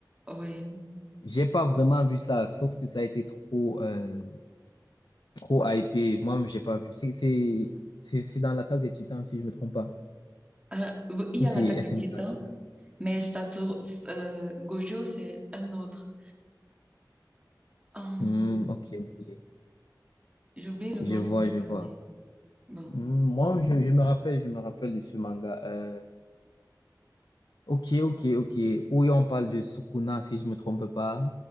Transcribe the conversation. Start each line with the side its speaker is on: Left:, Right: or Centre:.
Right: Oui.
Left: J'ai pas vraiment vu ça, sauf que ça a été trop, euh, trop hypé. Moi-même, j'ai pas vu. C'est, c'est, c'est c'est dans l'attaque des Titans, si je me trompe pas.
Right: Euh, il
Left: Ou
Right: y a
Left: c'est
Right: l'attaque
Left: SNK.
Right: des Titans, mais Satoru, euh, Gojo, c'est un autre. Hum,
Left: Hmm, ok, ok.
Right: j'oublie le
Left: Je
Right: nom
Left: vois,
Right: du manga,
Left: je vois.
Right: mais bon.
Left: Hmm, moi, je, je me rappelle, je me rappelle de ce manga. Euh, ok, ok, ok. Oui, on parle de Sukuna, si je me trompe pas,